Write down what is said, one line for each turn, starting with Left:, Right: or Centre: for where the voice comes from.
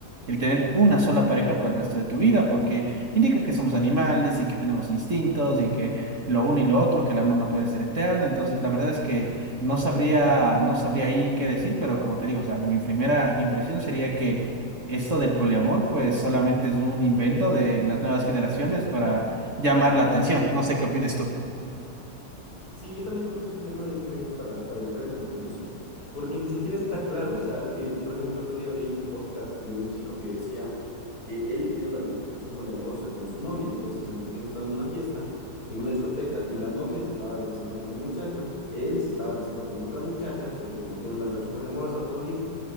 Right: el tener una sola pareja para el resto de tu vida, porque indica que somos animales y que tenemos instintos y que lo uno y lo otro, que el amor no puede ser eterno. Entonces, la verdad es que no sabría, no sabría ahí qué decir, pero como te digo, o sea, mi primera impresión sería que esto del poliamor, pues solamente es un invento de las nuevas generaciones para llamar la atención. No sé qué opinas tú.
Left: Sí, yo también creo que es un tema de un invento para, para evitar el compromiso, porque ni siquiera está claro. O sea, eh, por ejemplo, otro día veía un podcast de un chico que decía que él tiene una relación poliamorosa con su novia. Entonces, en- habían estado en una fiesta, en una discoteca, y la novia se estaba besando con un muchacho, él se estaba besando con otra muchacha, porque como tiene una relación poliamorosa, todo bien,